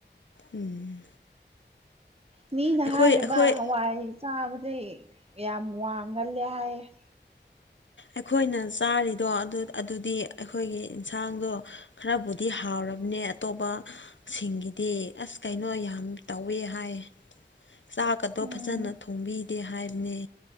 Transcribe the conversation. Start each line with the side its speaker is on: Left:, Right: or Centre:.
Left: ꯎꯝ
Right: ꯃꯤꯅ
Left: ꯑꯩꯈꯣꯏ
Right: ꯍꯥꯏꯔꯤꯕ
Left: ꯑꯩꯈꯣꯏ
Right: ꯍꯋꯥꯏ ꯆꯥꯕꯗꯤ ꯌꯥꯝ ꯋꯥꯡꯒꯜꯂꯦ ꯍꯥꯏꯌꯦ
Left: ꯑꯩꯈꯣꯏꯅ ꯆꯥꯔꯤꯗꯣ ꯑꯗꯨꯗꯤ ꯑꯩꯈꯣꯏꯒꯤ ꯌꯦꯟꯁꯥꯡꯗꯣ ꯈꯔꯕꯨꯗꯤ ꯍꯥꯎꯔꯦ ꯇꯧꯔꯕꯅꯦ ꯑꯇꯣꯞꯄ ꯁꯤꯡꯒꯤꯗꯤ ꯑꯁ ꯀꯩꯅꯣ ꯌꯥꯝ ꯇꯧꯋꯦ ꯍꯥꯏ ꯆꯥꯛꯀꯗꯣ
Right: ꯎꯝ
Left: ꯐꯖꯅ ꯊꯣꯡꯕꯤꯗꯦ ꯍꯥꯏꯕꯅꯦ